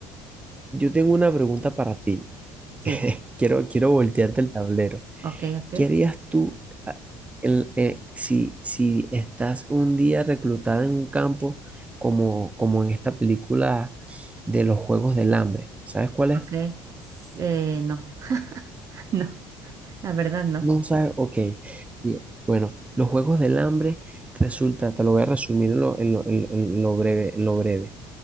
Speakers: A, on the right; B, on the right.
A: yo tengo una pregunta para ti.
B: Sí,
A: <laughs> Quiero, quiero voltearte el tablero.
B: ok, ok,
A: ¿Qué harías tú ah, el- eh, si, si estás un día reclutada en un campo como, como en esta película de los Juegos del Hambre? ¿Sabes cuál es?
B: ok. S- eh, no, <laughs> no, la verdad no.
A: No sabes, ok. Bien. Bueno, los Juegos del Hambre resulta, te lo voy a resumir en lo, en lo- en lo- en lo breve, en lo breve.